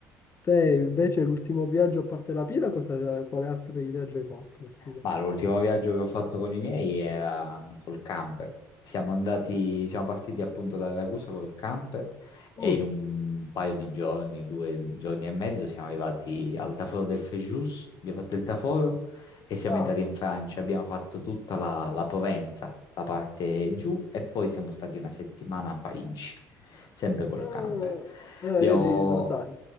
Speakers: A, on the left (about 30°); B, on the left (about 55°).
A: Te invece l'ultimo viaggio a parte la Pila, cosa, quale altro viaggio hai fatto? Scusami.
B: Ma l'ultimo viaggio che ho fatto con i miei era col camper. Siamo andati, siamo partiti appunto da Ragusa col camper e
A: Mm,
B: in un paio di giorni, due giorni e mezzo, siamo arrivati al Taforo del Frejus, abbiamo fatto il Taforo e siamo
A: Ah,
B: entrati in Francia. Abbiamo fatto tutta la, la Provenza, la parte giù e poi siamo stati una settimana a Parigi, sempre col
A: eh,
B: camper.
A: eh,
B: Abbiamo
A: io di- lo sai,